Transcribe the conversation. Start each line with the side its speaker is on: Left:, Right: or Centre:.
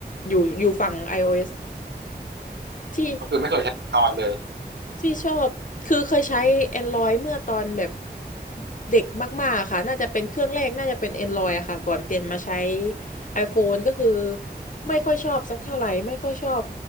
Left: อยู่อยู่ฝั่ง iOS ที่
Right: ก็คือไม่เคยใช้ Android เลย
Left: ที่ชอบคือเคยใช้ Android เมื่อตอนแบบเด็กมากๆค่ะน่าจะเป็นเครื่องแรกน่าจะเป็น Android อะค่ะก่อนเปลี่ยนมาใช้ iPhone ก็คือไม่ค่อยชอบสักเท่าไหร่ไม่ค่อยชอบ